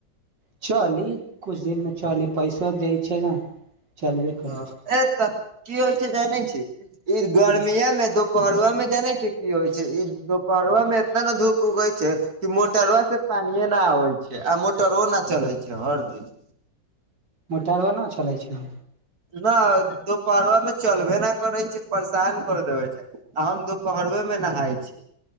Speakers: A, on the right; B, on the right.
A: चली, कुछ दिन मे चली। पैसो दै छै न चलबे करै
B: हँ,
A: छै
B: ए तऽ की होइ छै जानै छी ई गर्मियाँ
A: छै
B: मे दुपहरवा मे जानै छै की होइ छै। ई दुपहरवा मे एतना न धूप उगै छै कि मोटरवा से पानिये न आबै छै आ मोटरवो न चलै छै हर दिन
A: मोटरवा न चलै छै
B: ना दोपहरवा मे चलबे न करै छै, परेशान कर देबै छै आ हम दुपहरवे मे नहाय छी।